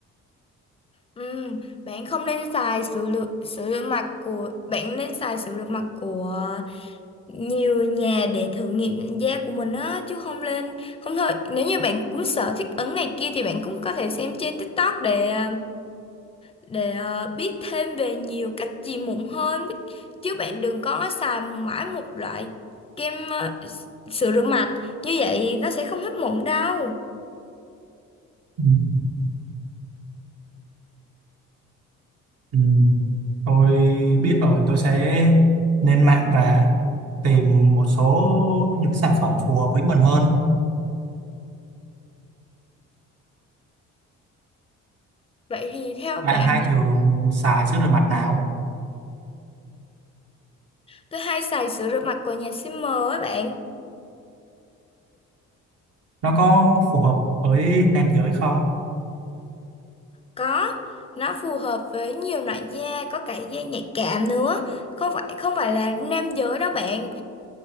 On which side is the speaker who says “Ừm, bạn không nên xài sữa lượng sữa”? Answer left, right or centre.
Left